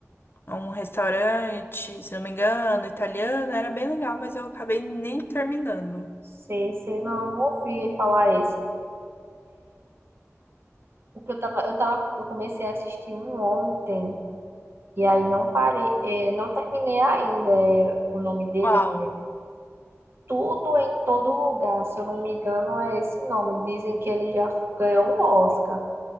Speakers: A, on the left; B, on the right.
A: um restaurante, se não me engano, italiano. Era bem legal, mas eu acabei nem terminando.
B: sei, sei. Não, não ouvi falar esse. O que eu tava, eu tava, eu comecei a assistir um ontem. E aí não parei, eh, não terminei ainda. eh, O nome dele
A: Uau.
B: é Tudo em Todo Lugar, se eu não me engano, é esse nome. Dizem que ele já ganhou um Oscar.